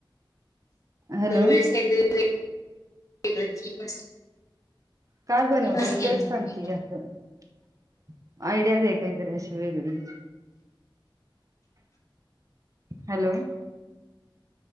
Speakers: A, on the right; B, on the left.
A: हॅलो
B: वेेळेस काहीतरी वेगळं
A: काय बनवते
B: थीम असते
A: तेच
B: आमचं
A: सांगते यडिया दे कायतर अशी वेगळी हॅलो